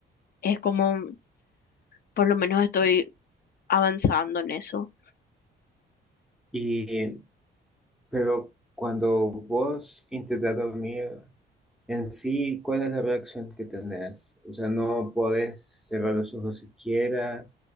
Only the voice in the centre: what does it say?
Y, pero cuando vos intentas dormir en sí, ¿cuál es la reacción que tenés? O sea, no podés cerrar los ojos siquiera,